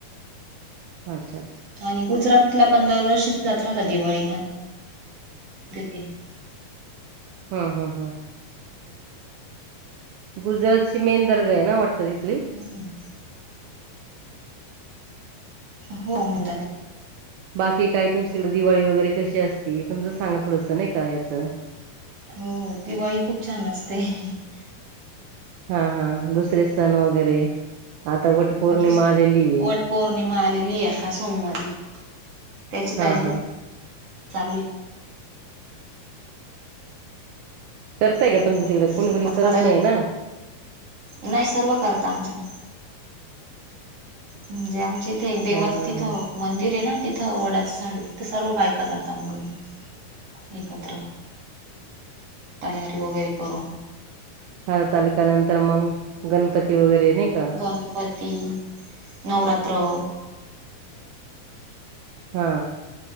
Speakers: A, on the right (about 75°); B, on the right (about 40°).
A: अच्छा अच्छा
B: आणि गुजरातला पंधर वर्ष जात्राता दिवाळी.. ेते..
A: हा, हा, हा. गुजरात ची मेन दर्गा आहे ना वाटत ती.
B: हम्म. <inaudible> हो म्हंदारे.
A: बाकी काय तुमच्याकडे दिवाळी वगैरे कशी असती. तुमचं सांगा थोडंसं नाही का याचं.
B: हो दिवाळी खूप छान असते. <inaudible>
A: हा, हा दुसरे सण वगैरे. आता
B: <inaudible>
A: वट पौर्णिमा
B: वट्स
A: आलेली आहे.
B: वट पौर्णिमा आलेली आहे अता सोमवारी त्याची
A: हा
B: तयारी
A: हा
B: <inaudible> चालूये.
A: करताय
B: वट
A: का तुमच्या
B: पौर्णिमेची
A: तिकडे? कोणी-कोणी करत
B: हरली
A: नाही ना.
B: नाही सर्व करता आमच्याकडे. म्हणजे आमच्या इथे एक देवाचं
A: हा हा
B: तिथं
A: हा
B: मंदिर आहे ना ति थ वडाच झाड आहे. तिथं सर्व बायका जातो आम्ही एकत्र. तयारी वगैरे करून.
A: हरतालिका नंतर मग गणपती वगैरे नाही का?
B: गणपती, नवरात्र
A: हा.